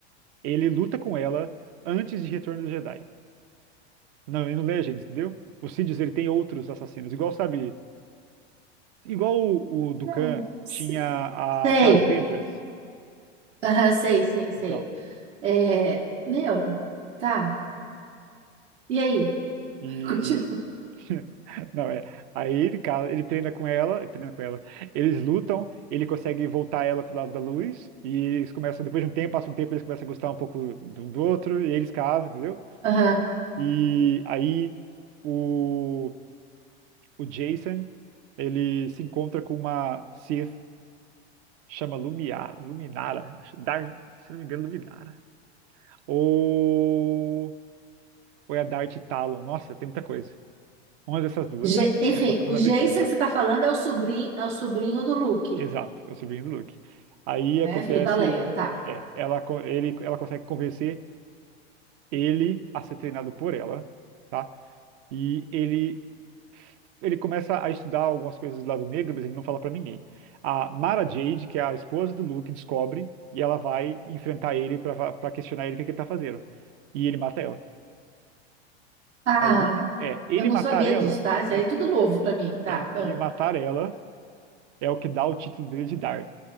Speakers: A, on the right; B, on the right.
A: Ele luta com ela antes de Retorno do Jedi. Não, e no Legends, entendeu? O Sidious, ele tem outros assassinos, igual, sabe, igual o, o Dukan
B: Não, s-
A: tinha
B: Sei.
A: a Sage Ventress.
B: Aham, sei, sei, sei.
A: Então,
B: É, meu, tá. E aí?
A: E.
B: <laughs> Continua.
A: <laughs> Não, é. Aí ele, cara, ele treina com ela, ele treina com ela. Eles lutam, ele consegue voltar ela pro lado da luz, e eles começam, depois de um tempo, passa um tempo, eles começam a gostar um pouco do, do outro, e eles casam, entendeu?
B: Aham.
A: E aí o, o Jason, ele se encontra com uma Sith, chama Lumiar, Luminara, acho- Dar, se não me engano, Luminara. Ou, ou é a Darth Talon, nossa, tem muita coisa. Uma dessas duas,
B: Je- Enfim,
A: já posso estar falando
B: o Jason
A: besteira já.
B: que você tá falando é o sobrinho, é o sobrinho do Luke,
A: Exato, é o sobrinho do Luke. Aí
B: né?
A: acontece
B: Filho da Leia,
A: que
B: tá.
A: é, ela, co- ele, ela consegue convencer ele a ser treinado por ela, tá? E ele, ele começa a estudar algumas coisas do lado negro, mas ele não fala pra ninguém. A Mara Jade, que é a esposa do Luke, descobre e ela vai enfrentar ele pra pra questionar ele o que que ele tá fazendo. E ele mata ela.
B: Ah,
A: Aí, é, ele
B: eu não
A: matar
B: sabia
A: ela,
B: disso, tá? Isso
A: pois
B: aí é tudo
A: é,
B: novo pra mim, tá?
A: é, ele
B: Ah,
A: matar ela é o que dá o título dele de Dart.